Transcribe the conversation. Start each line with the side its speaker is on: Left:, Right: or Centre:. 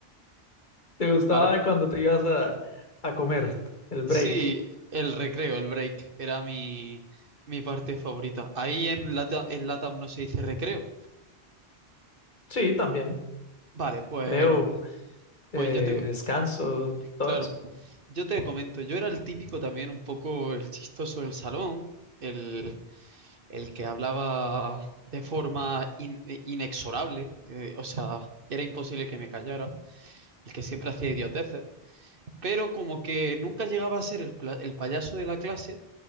Left: ¿Te gustaba
Right: ¿vale?
Left: cuando te ibas a, a comer el break?
Right: Sí, el recreo, el break, era mi, mi parte favorita. Ahí en Latam, en Latam no se dice recreo.
Left: Sí, también.
Right: Vale, pues,
Left: Creo,
Right: pues
Left: eh,
Right: yo te,
Left: descanso, todo
Right: Claro,
Left: eso.
Right: yo te comento, yo era el típico también, un poco el chistoso del salón, el, el que hablaba de forma in- eh, inexorable, eh, o sea, era imposible que me callara, el que siempre hacía idioteces, pero como que nunca llegaba a ser el, pla- el payaso de la clase